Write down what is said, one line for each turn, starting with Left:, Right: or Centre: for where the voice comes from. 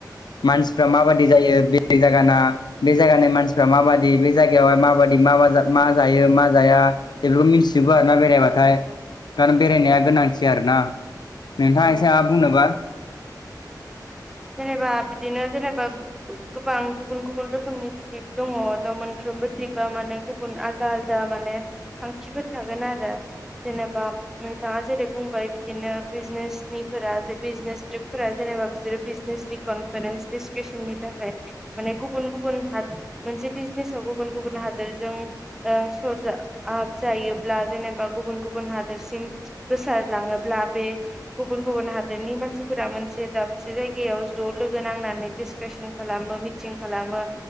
Left: मानसिफ्रा माबायदि जायो बेलेग जायगाना बे जायगानि मानसिफ्रा माबायदि बे जायगायावहाय माबायदि मा मा जायो मा जाया बेखौ मिथिजोबो आरोना बेरायबाथाय खारन बेरायनाया गोनांथि आरोना नोंथाङा
Centre: औ
Left: एसे माबा बुंनोबा
Centre: जेनेबा बिदिनो जेनेबा गोबां गुबुन गुबुन रोखोमनि ट्रिप दङ द मोनफ्रोमबो ट्रिपआ माने गु बुन आलदा आलदा माने खांथिफोर थागोन आरो जेनेबा नोंथाङा जेरै बुंबाय बिदिनो बिजनेसनिफोरा जे बिजनेस ट्रिपफोरा जेनेबा बिसोरो <unintelligible> नि कनफारेन्स डिसकासननि थाखाय माने गुबुन गुबुन हादोर मोनसे बिजनेसाव गुबुन गुबुन हादोरजों सरजाब जायोब्ला जेनेबा गुबुन गुबुन हादोरसिम गोसारलाङोब्ला बे गुबुन गुबुन हादोरनि मानसिफोरा मोनसे दाबसे जायगा जायगायाव ज' लोगो नांनानै डिसकशन खालामो मिटिं खालामो